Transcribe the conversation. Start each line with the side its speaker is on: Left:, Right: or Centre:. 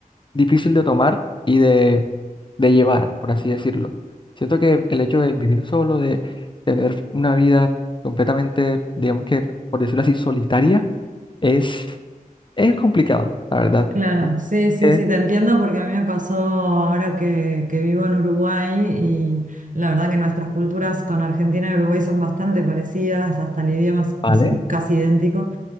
Left: difícil de tomar y de, de llevar, por así decirlo. Siento que el hecho de vivir solo, de tener una vida completamente, digamos que, por decirlo así, solitaria, es, es complicado, la verdad.
Right: claro.
Left: Así
Right: Sí, sí,
Left: que,
Right: sí, te entiendo porque a mí me pasó ahora que, que vivo en Uruguay y la verdad que nuestras culturas con Argentina y Uruguay son bastante parecidas, hasta el idioma es
Left: vale,
Right: casi, casi idéntico.